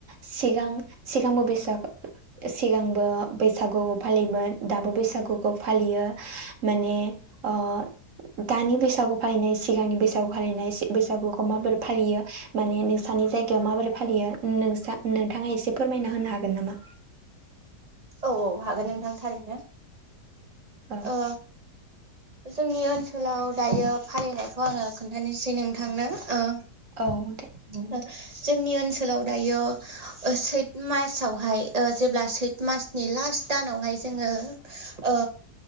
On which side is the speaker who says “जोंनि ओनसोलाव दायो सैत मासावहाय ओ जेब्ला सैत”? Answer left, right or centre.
Right